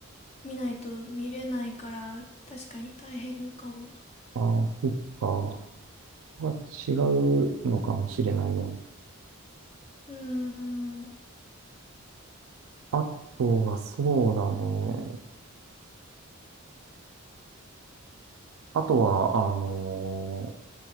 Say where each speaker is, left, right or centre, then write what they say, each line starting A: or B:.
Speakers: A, on the left; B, on the right.
A: 見ないと見れないから、確かに大変かもな。
B: ああ、そっか。ここが違うのかもしれないね。
A: うーん。
B: あとは、そうだね。あとは、あの、